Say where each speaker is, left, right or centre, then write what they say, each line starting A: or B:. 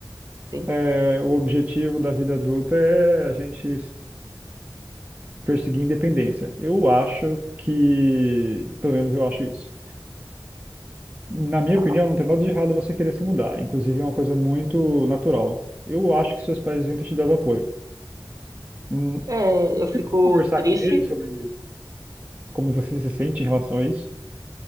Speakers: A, on the right; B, on the right.
A: sim.
B: é, o objetivo da vida adulta é a gente s- perseguir independência. Eu acho que, pelo menos eu acho isso. Na minha
A: Ah,
B: opinião, não tem nada de errado você querer se mudar. Inclusive, é uma coisa muito natural. Eu acho que seus pais deviam ter te dado apoio. Hum,
A: É,
B: eu
A: eu
B: tento
A: fico
B: conversar
A: triste.
B: com eles sobre como você se sente em relação a isso.